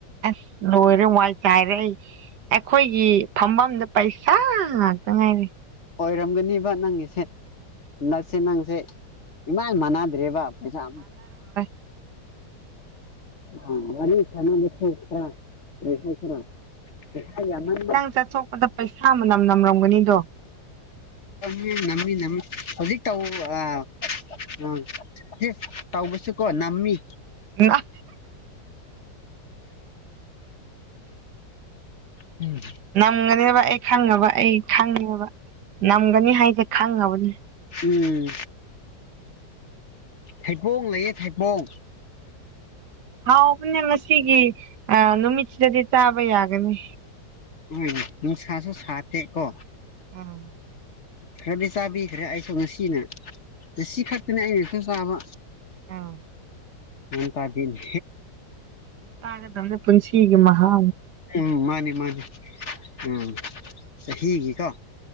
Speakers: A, on the right; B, on the left.
A: ꯑꯁ ꯅꯔ ꯃꯜ ꯆꯥꯔ ꯑꯩꯈꯣꯏꯒꯤ ꯐꯝꯐꯝꯗ ꯄꯩꯁꯥ ꯉꯥꯛꯇ ꯉꯥꯏꯔꯦ
B: ꯑꯣꯏꯔꯝꯒꯅꯤꯕ ꯅꯪꯒꯤꯁꯦ ꯅꯛꯁꯦ ꯅꯪꯁꯦ ꯏꯃꯥꯟ ꯃꯥꯟꯅꯗ꯭ꯔꯦꯕ ꯑꯁꯥ
A: <unintelligible>
B: ꯑ ꯃꯅꯤ ꯆ ꯈ꯭ꯔ ꯐꯦꯁ꯭ꯔ ꯍꯥꯏ ꯌꯥꯝꯥꯡ
A: ꯆ ꯄꯩꯁꯥ ꯃꯅꯝ ꯅꯝꯔꯝꯒꯅꯤꯗꯣ
B: ꯃꯤ ꯅꯃꯤ ꯅꯃꯤ ꯍꯧꯖꯤꯛ ꯇꯎ ꯑ ꯑ ꯌꯦ ꯇꯥꯎꯕꯨꯁꯨ ꯀꯣ ꯅꯃꯤ
A: ꯅ
B: ꯎꯝ
A: ꯅꯝꯒꯅꯦꯕ ꯑꯩ ꯈꯪꯉꯕ ꯑꯩ ꯈꯪꯉꯦꯕ ꯅꯝꯒꯅꯤ ꯍꯥꯏꯁꯦ ꯈꯪꯉꯕꯅꯤ
B: ꯎꯝ ꯊꯩꯕꯣꯡ ꯂꯩꯌꯦ ꯊꯥꯏꯕꯣꯡ
A: ꯍꯥꯎꯕꯅꯦ ꯉꯁꯤꯒꯤ ꯅꯨꯃꯤꯠꯁꯤꯗꯗꯤ ꯆꯥꯕ ꯌꯥꯒꯅꯤ
B: ꯍꯣꯏꯅꯦ ꯅꯨꯡꯁꯥꯁꯨ ꯁꯥꯇꯦꯀꯣ
A: ꯑ
B: ꯈꯔꯗꯤ ꯆꯥꯕꯤꯈ꯭ꯔꯦ ꯑꯩꯁꯨ ꯉꯁꯤꯅꯦ ꯉꯁꯤ ꯈꯛꯇꯅꯦ ꯑꯩꯅꯁꯨ ꯆꯥꯕ
A: ꯑꯥ
B: ꯉ ꯇꯗꯅꯦ
A: ꯍꯥꯏꯗꯗ꯭ꯔꯦ ꯄꯨꯟꯁꯤꯒꯤ ꯃꯍꯥ
B: ꯎꯝ ꯃꯥꯅꯤ ꯃꯥꯅꯤ ꯎꯝ ꯍꯤꯒ ꯀꯣ